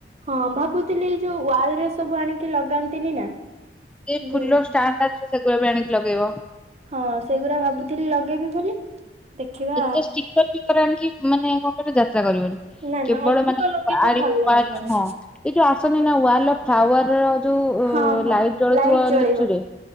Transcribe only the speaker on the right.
ହଁ ଭାବୁଥିଲି ଏଇ ଯୋଉ ୱାଲ ରେ ସବୁ ଆଣିକି ଲଗାନ୍ତିନି ନା
ଯୋଉ
ହଁ ସେଗୁଡା ଭାବୁଥିଲି ଲଗେଇବି ବୋଲି ଦେଖିବା
ନା
ନା ଅଧିକ
ଲଗେଇଲେ
ଭଲ ଲାଗିବନି
ହଁ ହଁ
ଜଳିବ